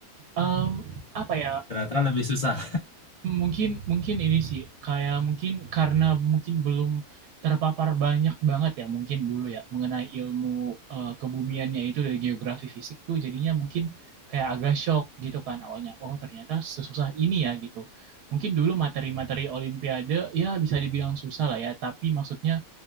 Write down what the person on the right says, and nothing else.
em, apa ya
Mungkin mungkin ini sih kayak mungkin karena mungkin belum terpapar banyak banget ya mungkin dulu ya mengenai ilmu eh, kebumiannya itu dari geografi fisik tuh jadinya mungkin kayak agak shock gitu kan awalnya oh ternyata sesusah ini ya gitu. Mungkin dulu materi-materi olimpiade ya bisa dibilang susah lah ya tapi maksudnya